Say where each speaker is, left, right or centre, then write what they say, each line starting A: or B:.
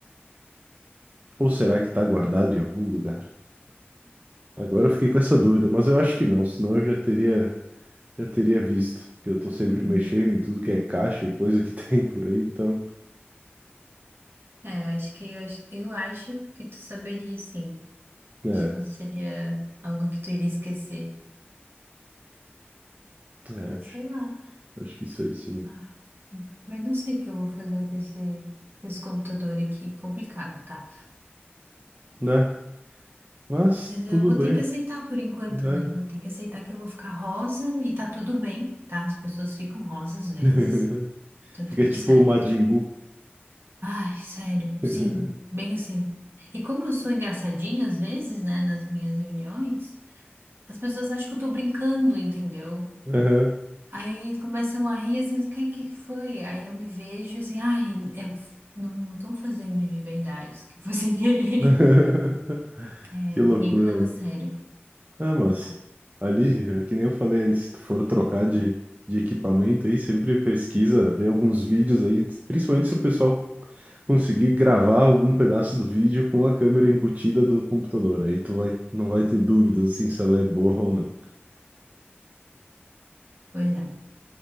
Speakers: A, on the right (about 40°); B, on the right (about 60°).
A: Ou será que tá guardado em algum lugar? Agora eu fiquei com essa dúvida, mas eu acho que não, senão eu já teria Eu teria visto, que eu tô sempre
B: É. <laughs>
A: mexendo em tudo que é caixa e coisa que <laughs> tem por aí, então,
B: É, eu acho que eu, acho eu acho que tu saberia sim.
A: é,
B: Acho Não seria algo que tu iria esquecer.
A: é,
B: Mas
A: acho,
B: sei lá.
A: acho que isso aí sim,
B: Ah, mas não sei o que eu vou fazer com esse, com esse computador aqui. Complicado, tá?
A: né? Mas
B: Mas eu
A: tudo
B: vou
A: bem,
B: ter que aceitar por enquanto,
A: né?
B: né? Vou ter que aceitar que eu vou ficar rosa e tá tudo bem, tá? As pessoas ficam rosa às vezes.
A: <laughs>
B: Tá
A: Fica
B: tudo
A: tipo
B: certo.
A: o Majin Buu.
B: Ai, sério,
A: <laughs>
B: sim, bem assim. E como eu sou engraçadinha às vezes, né, nas minhas reuniões. As pessoas acham que eu tô brincando, entendeu?
A: Aham.
B: Aí começam a rir assim, o que, que foi? Aí eu me vejo assim, ai, é, não, não tô fazendo de verdade, isso aqui foi sem querer.
A: <laughs>
B: <laughs> É,
A: Que
B: ninguém
A: loucura,
B: me leva
A: né?
B: a sério.
A: É,
B: Complicado.
A: mas ali, é que nem eu falei antes, se tu for trocar de, de equipamento aí, sempre pesquisa, vê alguns vídeos aí, principalmente se o pessoal conseguir gravar algum pedaço do vídeo com a câmera embutida do computador. Aí tu vai, não vai ter dúvidas assim se ela é boa ou não.
B: Pois é.